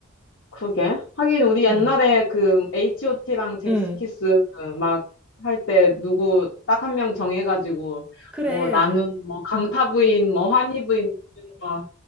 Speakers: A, on the left; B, in the centre.
A: 그게 하긴, 우리 옛날에
B: 응.
A: 그, H.O.T.랑 잭스키스
B: 응.
A: 막 할 때 누구 딱 한 명 정해가지고,
B: 그래.
A: 뭐 나는 뭐 강타 부인, 뭐 환희 부인, 뭐